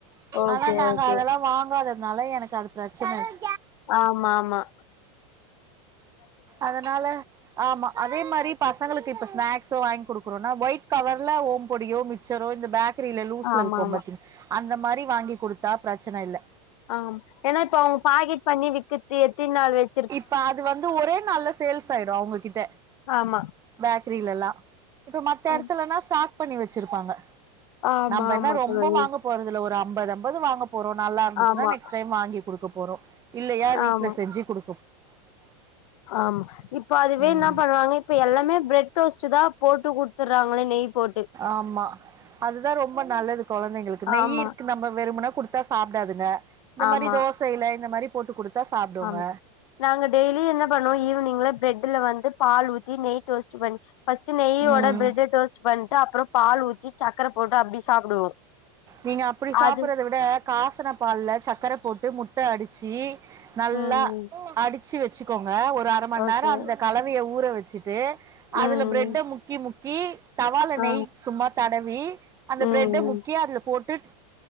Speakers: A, on the left; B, on the right.
A: ஓகே
B: ஆனா நாங்க
A: ஓகே
B: அதெல்லா வாங்காததுனால எனக்கு அது பிரச்சன இ
A: ஆமாமா
B: அதனால ஆமா அதே மாரி பசங்களுக்கு இப்ப ஸ்நாக்ஸோ வாங்கி குடுக்குறோனா ஒயிட் கவர்ல ஓம பொடியோ மிச் சரோ இந்த பேக்கரில லூஸ்ல
A: ஆமா
B: விக்கும்
A: ஆமா
B: பாத்தீங் அந்த மாரி வாங்கி குடுத்தா பிரச்சன இல்ல
A: ஆம் ஏனா இப்ப அவங்க பாக்கெட் பண்ணி விக்குத்தி எத்தி நாள் வச்
B: இப்ப அது வந்து ஒரே நாள்ல சேல்ஸ் ஆயிடு அவங்ககிட்ட
A: ஆமா
B: பேக்கரில எல்லா இப்ப மத்த
A: ஆமா
B: எடத்துலனா ஸ்டாக் பண்ணி வச்சிருப்பாங்க
A: ஆமா
B: நம்ப என்ன
A: ஆமா
B: ரொம்ப
A: தோழி
B: வாங்க போறதுல ஒரு அம்பது அம்பது வாங்க போறோ நல்லா இருந்துச்சுன்னா
A: ஆமா
B: நெக்ஸ்ட் டைம் வாங்கி குடுக்க போறோ இல்லையா வீட்ல
A: ஆமா
B: செஞ்சு குடு
A: ஆமா இப்ப அதுவே
B: ம்
A: என்ன பண்ண றாங்க இப்ப எல்லாமே பிரெட் ரோஸ்ட் தா போட்டு குடுத்துறாங்களே நெய் போட்டு
B: ஆமா அதுதா ரொம்ப நல்லது கொழந்தைங்களுக்கு நெய்
A: ஆமா
B: இருக்கு நம்ம வெறுமனா குடுத்தா சாப்டாதுங்க இந்த
A: ஆமா
B: மாரி தோசைல இந்த மாரி போட்டு குடுத்தா சாப்டுங்க
A: ஆமா நாங்க டெய்லியு என்ன பண்ணுவோ ஈவினிங்ல பிரெட்ல வந்து பால் ஊத்தி நெய் டோஸ்ட் பண்ணி ஃபஸ்ட் நெய்யோட
B: ம்
A: ப்ரெட்ட டோஸ்ட் பண்ட்டு அப்பறோ பால் ஊத்தி சக்கர போட்டு அப்டி சாப்டுவோ
B: நீங்க அப்டி சாப்புடுறத
A: அது
B: விட காசுன பால்ல சக்கர போட்டு முட்ட அடிச்சு நல்லா
A: ம்
B: அடிச்சு வச்சுக்கோங்க ஒரு அர மண்
A: ஓகே
B: நேரோ அந்த கலவைய ஊற வச்சுட் டு அதுல
A: ம்
B: பிரெட்ட முக்கி முக்கி தவால
A: ஆ
B: நெய் சும்மா தடவி அந்த
A: ம்
B: பிரெட்ட முக்கி அதுல போட்டு